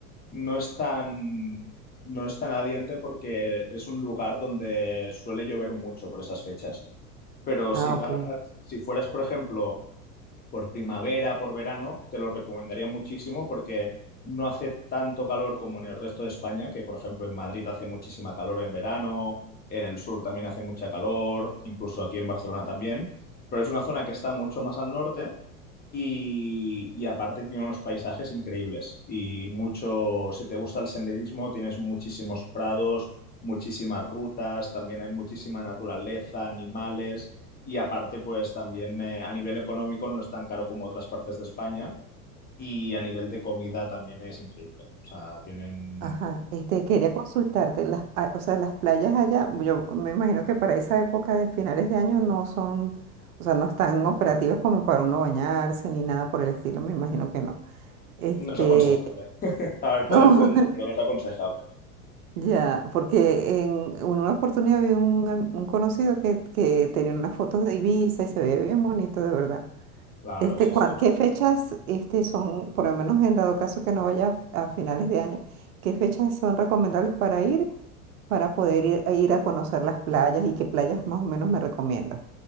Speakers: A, on the left; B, on the right.
A: no es tan, no es tan adiente porque es un lugar donde suele llover mucho por esas fechas. Pero si
B: Ah,
A: vas,
B: ok.
A: si fueras, por ejemplo, por primavera, por verano, te lo recomendaría muchísimo porque no hace tanto calor como en el resto de España, que por ejemplo en Madrid hace muchísima calor en verano, en el sur también hace mucha calor, incluso aquí en Barcelona también, pero es una zona que está mucho más al norte y, y aparte tiene unos paisajes increíbles y mucho, si te gusta el senderismo, tienes muchísimos prados, muchísimas rutas, también hay muchísima naturaleza, animales y aparte pues también eh, a nivel económico no es tan caro como otras partes de España y a nivel de comida también es increíble. O sea, tienen...
B: Ajá, este, quería consultarte, las, ah, o sea, las playas allá, yo me imagino que para esa época de finales de año no son, o sea, no están operativas como para uno bañarse ni nada por el estilo, me imagino que no. Este,
A: No es aconsejable. <laughs> A ver, poder
B: no,
A: puedes,
B: <laughs>
A: pero no es aconsejable.
B: ya, porque en en una oportunidad vi un, am- un conocido que, que tenía unas fotos de Ibiza y se veía bien bonito, de verdad.
A: Claro,
B: Este,
A: sí,
B: cua-
A: sí.
B: ¿qué fechas, este, son, por lo menos en dado caso que no vaya a finales de año, qué fechas son recomendables para ir? para poder ir, ir a conocer las playas y qué playas más o menos me recomiendas.